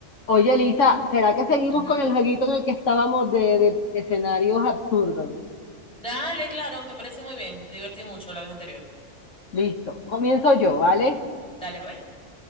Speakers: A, on the left (about 75°); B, in the centre.
A: Oye, Lisa, ¿será que seguimos
B: Ujú.
A: con el jueguito en el que estábamos de, de escenarios absurdos?
B: Dale, claro, me parece muy bien. Me divertí mucho la vez anterior.
A: Listo, comienzo yo, ¿vale?
B: Dale, pues.